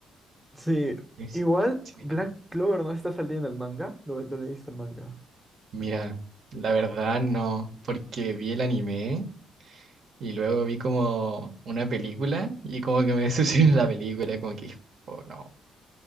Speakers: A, in the centre; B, on the right.
A: Sí,
B: es
A: igual
B: similar.
A: Black Clover no está saliendo en el manga, lo, lo leíste el manga.
B: Mira, la verdad no, porque vi el anime y luego vi como una película y como que me <laughs> decepcionó la película, como que, oh no.